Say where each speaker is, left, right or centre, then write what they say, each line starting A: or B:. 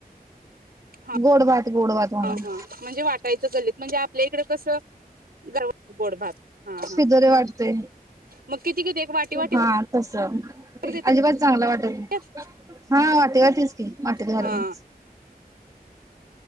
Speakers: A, on the right; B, on the right.
A: हा
B: गोड भात गोड भात होणार
A: हा हा म्हणजे वाटायचं गल्लीत म्हणजे आपल्या इकडे कसं गर गोड भात हा हा
B: शिदोरी वाटतो.
A: मग किती किती एक वाटी वाटी
B: हा तस अजिबात
A: भर
B: चांगला वाटेल,
A: देत्यात
B: हा वाटी वरतीच की वाटीत घालूनच
A: हा